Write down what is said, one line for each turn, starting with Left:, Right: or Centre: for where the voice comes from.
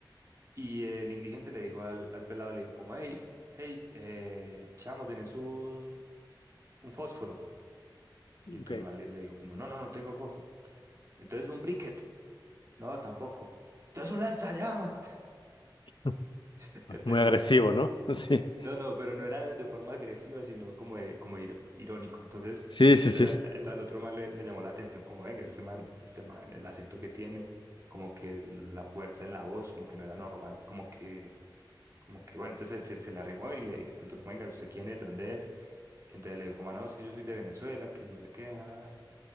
Right: y el indigente le dijo al, al pelado, le dijo como, hey, hey, eh, chamo, ¿tenés un, un fósforo? Y
Left: ok.
Right: entonces el man le, le dijo como, no, no, no tengo fósforo. Entonces un briquet, no, tampoco. Entonces un lanzallamas.
Left: <laughs>
Right: <laughs> Entonces
Left: Muy
Right: el man
Left: agresivo,
Right: le-
Left: ¿no? <laughs> Sí.
Right: No, no, pero no era de forma agresiva, sino como, de- como ir- irónico. Entonces,
Left: Sí,
Right: entonces,
Left: sí, sí.
Right: a- entonces al otro man le, le llamó la atención, como, venga, este man, este man, el acento que tiene, como que el- la fuerza en la voz, como que no era normal, como que, como que, bueno, entonces se, se le arrimó y le, y le preguntó, como, venga, ¿usted quién es? ¿Dónde es? Y entonces le dijo, como, "Ah, no, es que yo soy de Venezuela, que no sé qué, nada.